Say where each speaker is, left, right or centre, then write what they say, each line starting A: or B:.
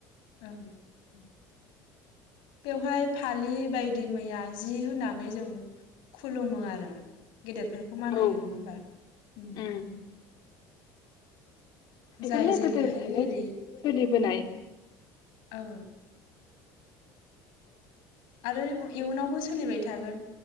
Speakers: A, on the left; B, on the left.
A: ओं ओम बेवहाय फालि बायदि मैया जि होनानै जों खुलुमो आरो गेदेरफोरखौ मान
B: औ
A: होयो नङा होमबा ओम
B: उम बेफोरलाय
A: जाय जेरै
B: गोदोनिफायनो
A: हायो एरै
B: सोलिबोनाय
A: औ आरो इयुनावबो सोलिबाय थागोन